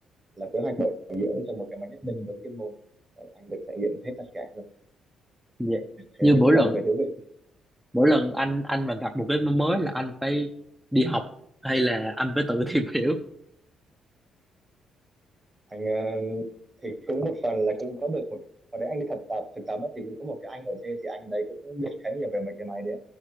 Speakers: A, on the right (about 20°); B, in the centre.
A: là kế hoạch bảo dưỡng cho một cái máy nhất
B: ừ.
A: định đúng chuyên môn anh được trải nghiệm hết tất cả rồi
B: Dạ. Như
A: thế nó
B: mỗi
A: cũng
B: lần
A: là một cái thú vị
B: mỗi lần anh anh mà gặp một cái mới là anh phải đi học hay là anh phải tự <laughs> tìm hiểu
A: anh ờ, thì cũng một phần là cũng có được một ở đấy anh đi thực tập thực tập á, thì cũng có một cái anh ở trên thì anh đấy cũng biết khá nhiều về mấy cái máy đấy